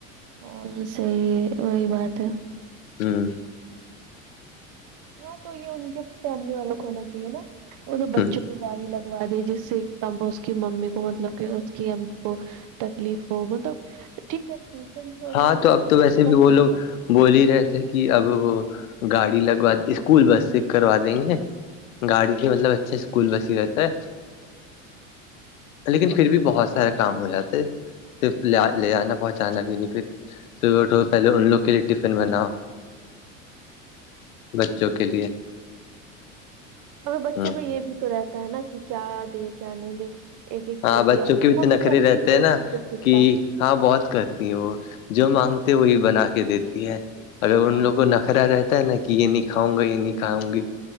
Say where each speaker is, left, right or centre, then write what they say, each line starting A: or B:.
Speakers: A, on the right; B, on the left.
A: ہاں صحی ہے وہی بات ہے
B: ہوں
A: ہاں تو یہ ان کے فیملی والوں کو ہونا چاہیے نا وہ بچوں
B: ہ
A: کو باری لگ مگوا دی جس سے کم اس کی ممی کو مطلب کہ اس کی امی کو تکلیف ہو مطلب ٹھیک ہے ٹیوشن چھوڑنا
B: ہاں تو
A: ایک
B: اب تو
A: تھوڑا
B: ویسے بھی
A: ٹھیک
B: وہ لوگ
A: ہے
B: بول ہی رہے تھے کہ اب گاڑی لگوا اسکول بس سے کروا دیں گے گاڑی
A: ہاں
B: سے مطلب اچھا اسکول بس ہی رہتا ہے لیکن پھر بھی بہت سارے کام ہو جاتے صرف ل لے جانا پہنچانا بھی پ تو پہلے ان لوگ کے لیے ٹفن بناؤ بچوں کے لیے
A: ہ ا بچوں
B: ہوں
A: کا یہ بھی تو رہتا ہے نا کہ کیا دے کیا نہیں دے ایک ایک
B: ہاں
A: چیز
B: بچوں
A: یہ اور اس
B: کی بھی تو
A: ممی
B: نخری
A: کرتی
B: رہتے
A: بھی
B: ہیں
A: ہے
B: نا
A: بچوں کی اتا
B: کہ ہاں بہت کرتی ہیں وہ جو مانگتے وہی بنا کے دیتی ہے اگر
A: ہاں
B: ان لوگ کو ن کرا رہتا ہے نا کہ یہ نہیں کھاؤں گا یہ نہیں
A: ہوں
B: کھاؤں گی